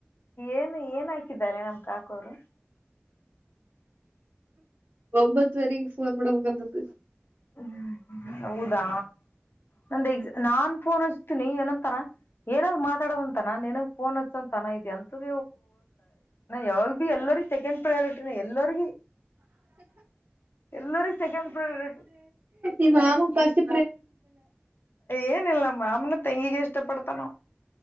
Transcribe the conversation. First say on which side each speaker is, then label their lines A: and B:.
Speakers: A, on the left; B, on the right.
A: ಏನ್ ಏನ್ ಹಾಕಿದ್ದಾರೆ ನಮ್ ಕಾಕೋರು
B: ಒಂಬತ್ತು ವರೆ ಫೋನ್ ಮಾಡಬೇಕಂದಿದ್ದು
A: ಹ್ಮ ಹೌದಾ ನಂದು ಎಕ್ಸ್ ನಾನ್ ಫೋನು ಏನಂತಾನ ಏನಾಗ್ ಮಾತಾಡೋಂತಾನ ನನ ಫೋನ್ ಹಚ್ಚಂತಾನ ಇ ಅಂತ ಯಾವಾಗ ಎಲ್ಲರಿಗೆ ಸೆಕೆಂಡ್ ಪ್ರಯಾರಿಟಿಿನ ಎಲ್ಲಗ ಎಲ್ಲರಿ ಸೆಕೆಂಡ್ ಪ್ರಯಾರಿಟಿ
B: ಈ ಮಾಾಮ ಬಸ್ತಿ
A: ಏನಿಲ್ಲ ಮಾಮನ ತೆಂಗಿಗೆ ಇಷ್ಟ ಪಡ್ತಾನೋ